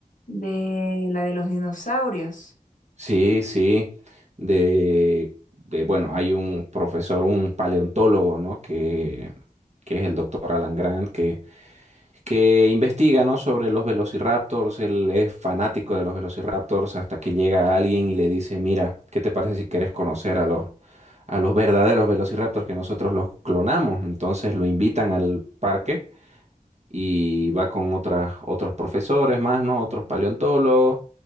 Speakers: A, on the left; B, on the right.
A: De la de los dinosaurios.
B: Sí, sí, de, de, bueno, hay un profesor, un paleontólogo, ¿no? Que, que es el doctor Alan Grant, que, que investiga, ¿no? Sobre los velociraptors, él es fanático de los velociraptors hasta que llega alguien y le dice, mira, ¿qué te parece si quieres conocer a los, a los verdaderos velociraptors que nosotros los clonamos? Entonces lo invitan al parque y va con otras, otros profesores más, ¿no? Otros paleontólogos.